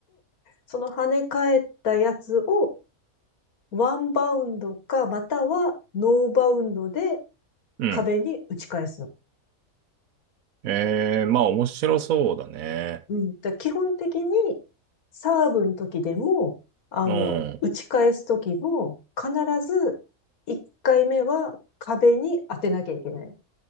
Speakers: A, on the left; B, on the right.
A: その跳ね返ったやつをワンバウンドか、またはノーバウンドで
B: うん。
A: 壁に打ち返すの。
B: ええー、まあ、面白そうだね。
A: うん。だ基本的にサーブの時でも、あの、
B: うん。い
A: 打ち返す時も、必ず1回目は壁に当てなきゃいけない。